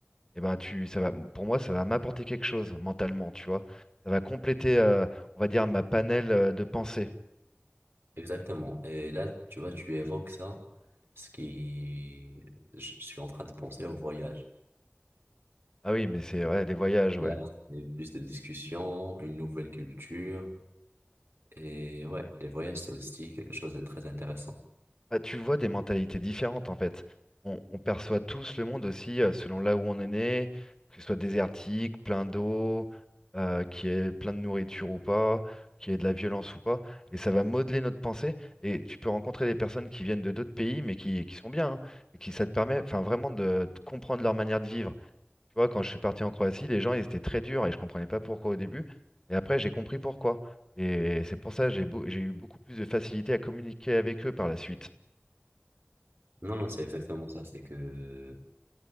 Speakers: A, on the left; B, on the right.
A: eh ben, tu, ça va, pour moi, ça va m'apporter quelque chose mentalement, tu vois. Ça va compléter, euh, on va dire, ma panel euh, de pensée.
B: Exactement. Et là, tu vois, tu évoques ça, ce qui, je je suis en train de penser au voyage.
A: Ah oui, mais c'est ouais, les voyages, ouais.
B: Là, c'est plus de discussions, une nouvelle culture. Et ouais, les voyages, c'est aussi quelque chose de très intéressant.
A: Bah, tu vois des mentalités différentes en fait. On, on perçoit tous le monde aussi euh, selon là où on est né, que ce soit désertique, plein d'eau, euh, qu'il y ait plein de nourriture ou pas, qu'il y ait de la violence ou pas. Et ça va modeler notre pensée. Et tu peux rencontrer des personnes qui viennent de d'autres pays mais qui, qui sont bien. hein, et qui ça te permet enfin, vraiment de, de comprendre leur manière de vivre. Tu vois, quand je suis parti en Croatie, les gens ils étaient très durs et je comprenais pas pourquoi au début. Et après j'ai compris pourquoi. Et c'est pour ça que j'ai beau- j'ai eu beaucoup plus de facilité à communiquer avec eux par la suite.
B: Non, non, c'est exactement ça. C'est que